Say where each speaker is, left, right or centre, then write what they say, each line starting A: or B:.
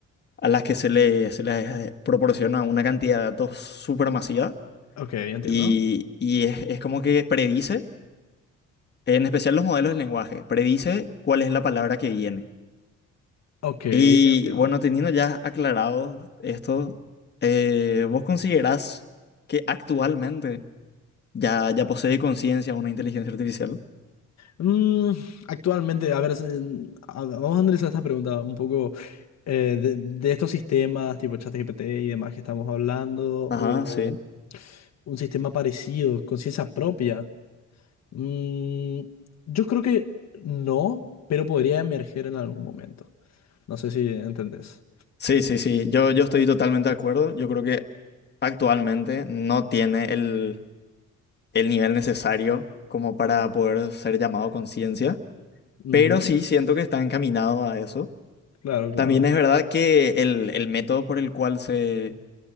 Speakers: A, on the left; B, on the left.
A: a las que se le, se les eh, proporciona una cantidad de datos supermasiva
B: Ok, entiendo.
A: y, y es, es como que predice. en especial los modelos de lenguaje, predice cuál es la palabra que viene.
B: Ok,
A: Y
B: entiendo.
A: bueno, teniendo ya aclarado esto, eh, ¿vos considerás que actualmente ya, ya posee conciencia una inteligencia artificial?
B: Mm, actualmente, a ver, es, mm, a- vamos a analizar esta pregunta un poco eh, de, de estos sistemas tipo ChatGPT y demás que estamos hablando,
A: Ajá,
B: o
A: sí.
B: un sistema parecido, conciencia propia. Mm, yo creo que no, pero podría emerger en algún momento. No sé si entendés.
A: Sí, sí, sí, yo, yo estoy
B: Ah.
A: totalmente de acuerdo. Yo creo que actualmente no tiene el, el nivel necesario como para poder ser llamado conciencia,
B: Ujú,
A: pero sí siento que está encaminado a eso.
B: Claro, claro,
A: También
B: ent-
A: es verdad que el, el método por el cual se,